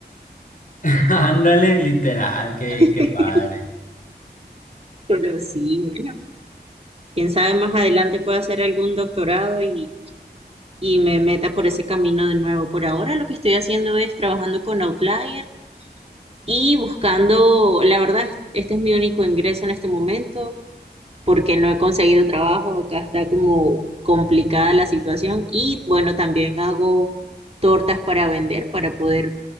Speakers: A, on the left; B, on the right.
A: <laughs> Ándale, literal, qué,
B: <laughs>
A: qué padre.
B: Pero sí, bueno, quién sabe, más adelante puedo hacer algún doctorado y, y me meta por ese camino de nuevo. Por ahora lo que estoy haciendo es trabajando con Outlier y buscando, la verdad, este es mi único ingreso en este momento porque no he conseguido trabajo, acá está como complicada la situación y bueno, también hago tortas para vender para poder